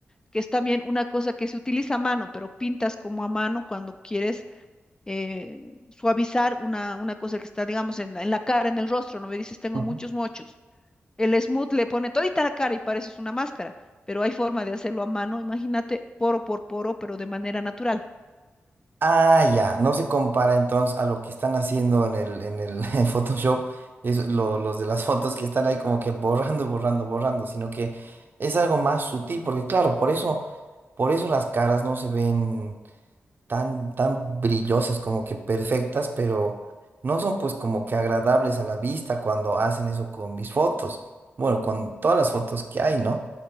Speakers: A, on the left; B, on the right.
A: que es también una cosa que se utiliza a mano, pero pintas como a mano cuando quieres eh, suavizar una, una cosa que está, digamos, en la, en la cara, en el rostro, no me dices, tengo
B: sí.
A: muchos mochos. El smooth le pone todita la cara y pareces una máscara, pero hay forma de hacerlo a mano, imagínate, poro por poro, pero de manera natural.
B: Ah, ya, no se compara entonces a lo que están haciendo en el, en el <laughs> Photoshop, es lo- los de las fotos que están ahí como que borrando, borrando, borrando, sino que es algo más sutil, porque claro, por eso, por eso las caras no se ven tan, tan brillosas, como que perfectas, pero no son pues como que agradables a la vista cuando hacen eso con mis fotos, bueno, con todas las fotos que hay, ¿no?